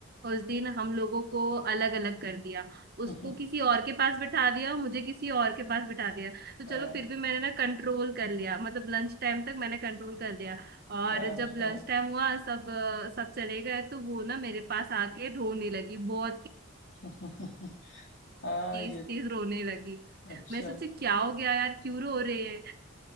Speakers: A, on the right; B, on the left.
A: उस दिन हम लोगों को अलग अलग कर दिया
B: <laughs>
A: उसको किसी और के पास बिठा दिया और मुझे किसी और के पास बिठा दिया तो
B: हाँ
A: चलो फिर भी मैंने ना कंट्रोल कर लिया मतलब लंच टाइम तक मैंने कंट्रोल कर लिया और
B: हाँ
A: जब
B: हाँ
A: लंच टाइम हुआ सब अ, सब चले गए तो वो ना मेरे पास आके रोने लगी बहुत
B: <laughs> हाँ,
A: तेज
B: ये
A: तेज रोने लगी
B: अच्छा
A: मैं सोची क्या हो गया यार क्यों रो रहे हैं